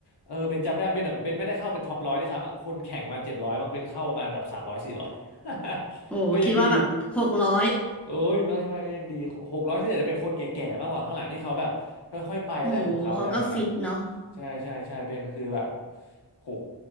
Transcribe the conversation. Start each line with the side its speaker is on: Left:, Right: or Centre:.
Left: เออเบนจำได้เบนอะเบนไม่ได้เข้าเป็นท็อปร้อยได้วยซ้ำอะคนแข่งประมาณเจ็ดร้อยบางเบนเข้าประมาณแบบสามร้อยสี่ร้อย <laughs>
Centre: โอ้คิดว่าแบบหกร้อย
Left: ก็ยังดี เอ้ยไม่ไม่ก็ยังดีหกร้อยที่เหลือจะเป็นคนแก่ๆมากกว่าข้างหลังที่เขาแบบค่อยๆไปอะไรของเขาอะไรแบบนี้น
Centre: <laughs> โอ้เขาก็ฟิตเนาะ
Left: ใช่ใช่ใช่เบนกคือแบบโห